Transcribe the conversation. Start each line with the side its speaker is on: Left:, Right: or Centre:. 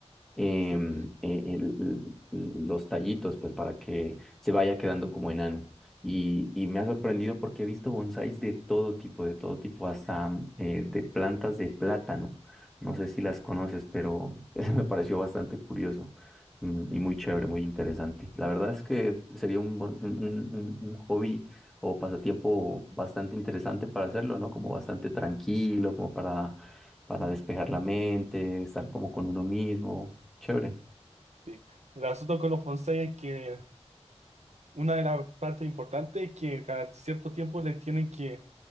Centre: em,
Right: Sí,
Centre: eh, el- los tallitos, pues para que se vaya quedando como enano. Y, y me ha sorprendido porque he visto bonsáis de todo tipo, de todo tipo, hasta mm, eh, de plantas de plátano. No sé si las conoces, pero <laughs> eso me pareció bastante curioso mm, y muy chévere, muy interesante. La verdad es que sería un, bon- un, un, un- un hobby o pasatiempo bastante interesante para hacerlo, ¿no? Como bastante tranquilo, como para, para despejar la mente, estar como con uno mismo. Chévere.
Right: sí. El asunto con los bonsai es que Una de las partes importantes es que cada cierto tiempo le tienen que,